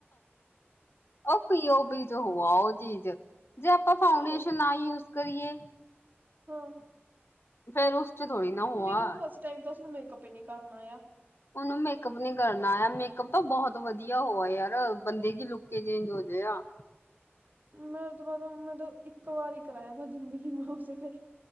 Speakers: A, on the left; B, on the right.
A: ਓ ਪੀ ਓ ਤੋ ਹੋਵੈ ਓ ਚੀਜ ਜੇ ਆਪਾ ਫਾਊਂਡੇਸ਼ਨ
B: ਏ
A: ਨਾ ਯੂਜ ਕਰੀਏ
B: ਹੂੰ।
A: ਫੇਰ ਉਸ ਚ ਥੋੜੀ ਨਾ ਹੋਆ
B: ਨੂੰ ਫਸਟ ਤਾਈ ਤਾ ਓਸਨੂੰ ਮੇਕੱਅਪ ਈ ਨੀ ਕਰਨਾ ਆਇਆ।
A: ਓਨੂੰ ਮੇਕਅੱਪ ਨੀ ਕਰਨਾ ਆਇਆ। ਮੇਕਅੱਪ ਤਾ ਬਹੁਤ ਵਧੀਆ ਹੋਵੈ। ਯਾਰ ਬੰਦੇ ਕੀ ਲੁਕ ਈ ਚੇਂਜ ਹੋਜੇ ਆ
B: ਮੈ ਤੇ ਬਸ ਇੱਕ ਵਾਰੀ ਕਰਾਇਆ ਮੈਂ ਜ਼ਿੰਦਗੀ ਮੇ ਉਸੇ ਤੇ